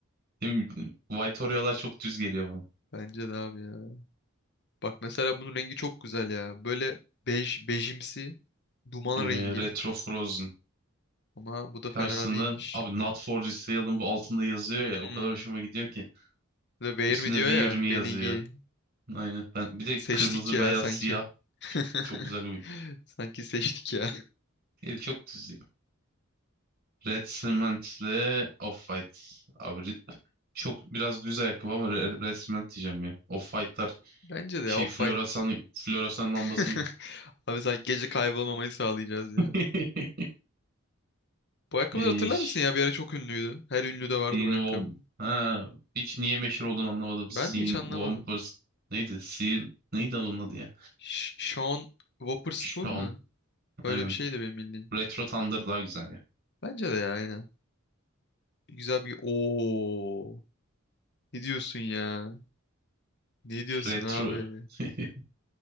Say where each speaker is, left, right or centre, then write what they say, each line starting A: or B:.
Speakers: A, on the right; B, on the left.
A: Ne bileyim, White Oreo'lar çok düz geliyor bana.
B: <laughs> Bence de abi ya. Bak mesela bunun rengi çok güzel ya. Böyle bej, bejimsi duman
A: Ee,
B: rengi.
A: Retro Frozen.
B: Ama bu da
A: Karşısında
B: fena değilmiş.
A: abi Not For Resale'ın bu altında yazıyor
B: Hmm.
A: ya o kadar hoşuma gidiyor ki.
B: The Wear
A: Üstünde
B: Me diyor
A: Wear
B: ya.
A: Me yazıyor.
B: Beni giy.
A: Aynen. Ben bir de
B: Seçtik
A: kırmızı,
B: ya
A: beyaz,
B: sanki.
A: siyah
B: <laughs>
A: çok, çok güzel uyum.
B: Sanki seçtik ya.
A: Diğeri çok düz ya. Red Cement'le Off-White. Abi ri- çok biraz düz ayakkabı ama Re- Red Cement diyeceğim ya. Off-White'lar
B: <laughs> Bence de
A: şey
B: Off-White
A: floresan floresan lambası
B: <laughs>
A: gibi.
B: Abi sen gece kaybolmamayı sağlayacağız ya.
A: <laughs>
B: Bu ayakkabıları
A: Ee,
B: hatırlar
A: ş-
B: mısın ya? Bir ara çok ünlüydü. Her ünlüde vardı
A: Sean
B: bu ayakkabı.
A: Wom. Ha, hiç niye meşhur olduğunu anlamadım. Sean
B: Ben de hiç anlamadım.
A: Wompers. Neydi? Sean neydi onun adı ya?
B: Ş- Sean Wotherspoon
A: Sean.
B: mu? Böyle
A: Aynen.
B: bir şeydi benim bildiğim.
A: Retro Thunder daha güzel ya.
B: Bence de ya aynen. Güzel bir... Oo. Ne diyorsun ya? Ne diyorsun
A: Retro.
B: abi?
A: <laughs>